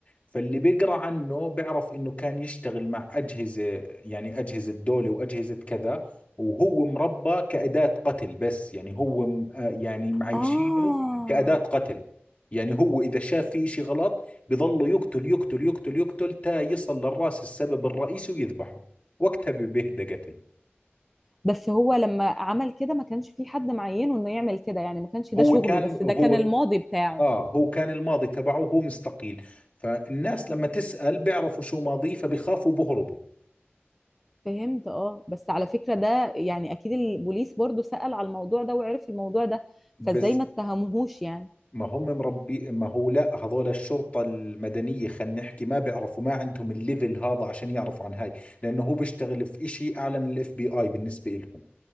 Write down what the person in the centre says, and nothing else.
اه
بس هو لما عمل كده ما كانش في حد معينه انه يعمل كده يعني ما كانش ده
شغله
بس
ده كان الماضي بتاعه
فهمت اه بس على فكرة ده يعني اكيد البوليس برضو سأل على الموضوع ده وعرف الموضوع ده فازاي
ما اتهموهوش يعني